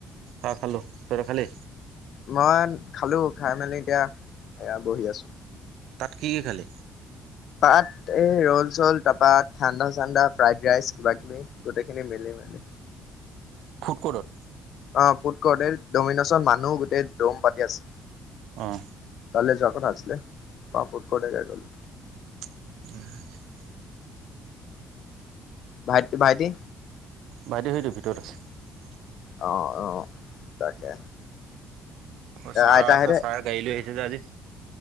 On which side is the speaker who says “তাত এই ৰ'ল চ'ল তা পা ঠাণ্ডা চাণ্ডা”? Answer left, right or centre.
Left